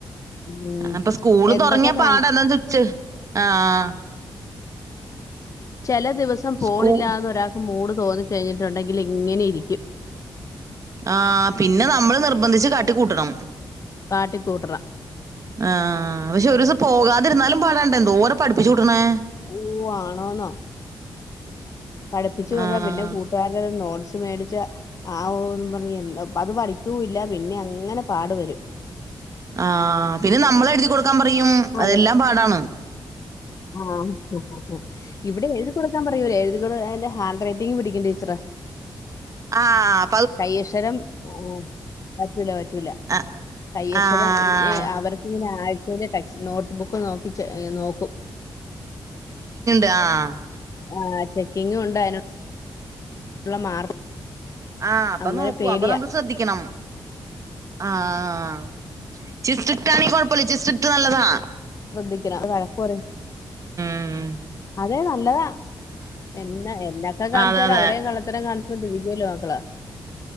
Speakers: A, on the left (about 40°); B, on the right (about 40°).
A: ഉം
B: അപ്പൊ സ്കൂള്
A: എന്തൊക്കെ
B: തുറങ്ങിയ
A: കാണി
B: പാട എന്നുവച്ച് ആഹ
A: ചില ദിവസം പോണില്ല
B: സ്കൂ
A: എന്ന് ഒരാൾക്ക് മൂട് തോന്നിക്കഴിഞ്ഞിട്ടുണ്ടെങ്കിൽ ഇങ്ങനെ ഇരിക്കും
B: ആ പിന്നെ നമ്മള് നിർബന്ധിച്ച് കട്ടി കൂട്ടണം
A: കാട്ടി കുട്ടണം
B: ആ പക്ഷെ ഒരു ദിവസം പോകാതിരുന്നാലും പാടാണ്ട എന്തോ ഈ പഠിപ്പിച്ചു കൂട്ടണേ
A: ഓ ആണോന്നോ പഠിപ്പിച്ചു പറഞ്ഞ
B: ആഹ്
A: പിന്നെ കൂട്ടുകാര നോസ് മേടിച്ച ആ പറഞ്ഞു അത് പഠിക്കൂല്ല പിന്നെ അങ്ങനെ പാടു വരും
B: ആ പിന്നെ നമ്മൾ എഴുതി എഴുതികൊടുക്കാൻ പറയും അതെല്ലാം
A: അവിടെ
B: പാടാണ്
A: ആ ഹാ ഹാ ഇവിടെ എഴുതി കൊടുക്കാൻ പറയൂലേ എഴുതി എറെ ഹാൻഡ്ററ്റിംഗ് പിടിക്കും ടീച്ചറെ
B: ആ..
A: കൈയ്യക്ഷരം മ് ആ പറ്റൂല്ല പറ്റൂല
B: ആഹ്
A: കയ്യക്ഷരം
B: ആഹ്
A: ഇങ്ങനെ അവർക്കിങ്ങനെ ആ ടെക്സ് നോട്ട് ബുക്ക് നോക്കി നോക്കും
B: ആ
A: ആഹ ചെക്കിങ്ങും ഉണ്ടായ ഉള്ള മാർക്ക്
B: ആ അപ്പൊ
A: അന്നേരം
B: നോക്കൂ
A: പേടിയാ
B: അപ്പൊ നമ്മൾ ശ്രദ്ധിക്കണം ആഹ ചിസ്ട്ടാണെങ്ക കുഴപ്പമില്ല ചിസ്ട്ട നല്ലതാ
A: ശ്രദ്ധിക്കണം വഴക്ക് പറയും
B: മ്
A: അതെ നല്ലതാ എന്ന എന്നൊക്കെ കാണിച്ചാല
B: അതെ അതെ
A: അവിടെയും കള്ളത്തരം കാണിച്ചൊണ്ട് ഇരിക്കുവല്ലോ മക്കള്